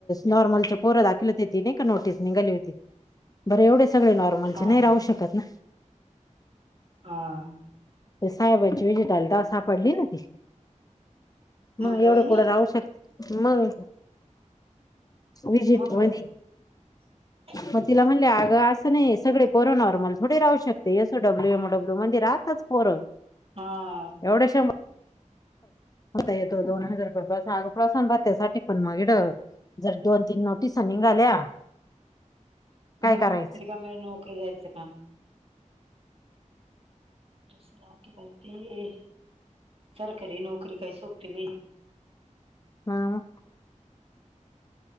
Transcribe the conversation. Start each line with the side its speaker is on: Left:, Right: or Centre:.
Left: नॉर्मलचेच पोर दाखल होती ती नाय का नोटीस निघाली होती बरं एवढे सगळे नॉर्मलचे
Right: हा
Left: नाही
Right: हा
Left: राहू शक तर ना
Right: हा.
Left: तेव्हा साहेबांची व्हिजिट आली तेव्हा सापडली ना ती. मग
Right: मंदा
Left: एवढं
Right: वहिनी
Left: कुठ राहू शकते मग. विजिट
Right: मग
Left: होती.
Right: <inaudible>
Left: मग तिला म्हणले आग अस नाही सगळे पोर नॉर्मल थोडे राहू शकते, अस S O W O W मध्ये राहतात. पोर.
Right: आ
Left: एवढ्याशा म होता येतो दोन हजार रुपये प्रवासान भात्यासाठी पण मग इड जर दोन तीन नोटीसा निघाल्या काय
Right: हो
Left: करायचं
Right: तिचा मूळ नोकरी जायचं काम. कशी रात्र पळते सरकारी नोकरी काही सोपी नाही.
Left: हा.